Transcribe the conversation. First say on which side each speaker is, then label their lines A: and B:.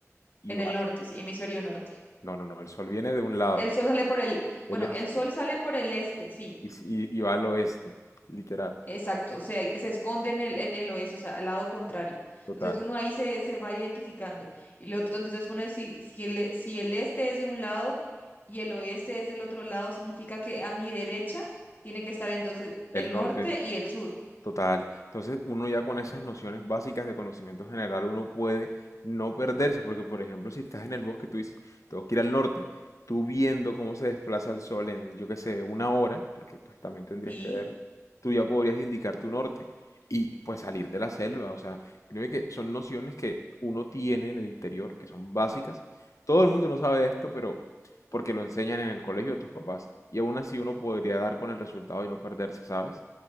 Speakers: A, on the left; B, on the left.
A: Y
B: en
A: va.
B: el norte, sí, hemisferio norte.
A: No, no, no. El sol viene de un lado,
B: El sol sale por el,
A: del
B: bueno,
A: este,
B: el sol sale por el este, sí.
A: y, s- y- y va al oeste, literal,
B: Exacto, se, se esconde en el, en el oeste, o sea, al lado contrario.
A: total.
B: Entonces uno ahí se, se va identificando. Y lo otro, entonces pone si, si el, e- si el este es de un lado y el oeste es del otro lado, significa que a mi derecha tiene que estar entonces
A: El
B: el
A: norte.
B: norte y el sur.
A: Total. Entonces, uno ya con esas nociones básicas de conocimiento general, uno puede no perderse, porque por ejemplo, si estás en el bosque, tú dices, tengo que ir al norte, tú viendo cómo se desplaza el sol en, yo qué sé, una hora, porque pues también tendrías
B: Sí.
A: que ver, tú ya podrías indicar tu norte y pues salir de la selva. O sea, creo que son nociones que uno tiene en el interior, que son básicas. Todo el mundo no sabe esto, pero porque lo enseñan en el colegio de tus papás. Y aún así uno podría dar con el resultado y no perderse, ¿sabes?